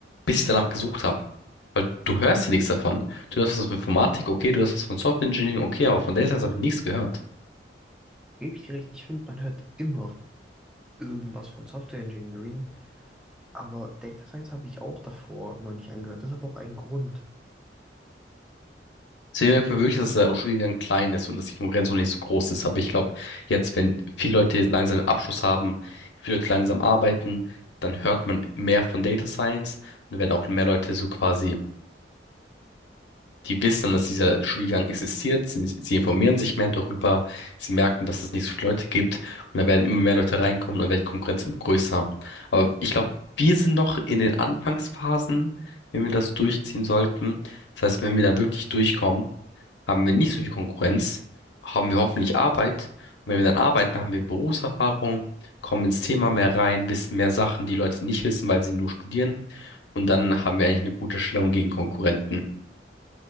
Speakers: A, on the left (about 80°); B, in the centre.
A: bis ich danach gesucht habe. Weil du hörst hier nichts davon. Du hörst was von Informatik, okay, du hörst was von Software Engineering, okay, aber von Data Science habe ich nichts gehört.
B: Gebe ich dir recht, ich finde, man hört immer irgendwas von Software Engineering, aber Data Science habe ich auch davor noch nicht angehört. Das ist aber auch ein Grund.
A: Deswegen merkt man wirklich, dass der Studiengang klein ist und dass die Konkurrenz noch nicht so groß ist. Aber ich glaube, jetzt, wenn viele Leute langsam einen Abschluss haben, viele Leute langsam arbeiten, dann hört man mehr von Data Science und dann werden auch mehr Leute so quasi, die wissen, dass dieser Studiengang existiert, sie, sie informieren sich mehr darüber, sie merken, dass es nicht so viele Leute gibt und dann werden immer mehr Leute reinkommen und dann wird die Konkurrenz immer größer. Aber ich glaube, wir sind noch in den Anfangsphasen, wenn wir das durchziehen sollten. Das heißt, wenn wir dann wirklich durchkommen, haben wir nicht so viel Konkurrenz, haben wir hoffentlich Arbeit. Und wenn wir dann arbeiten, haben wir Berufserfahrung, kommen ins Thema mehr rein, wissen mehr Sachen, die Leute nicht wissen, weil sie nur studieren. Und dann haben wir eigentlich eine gute Stellung gegen Konkurrenten.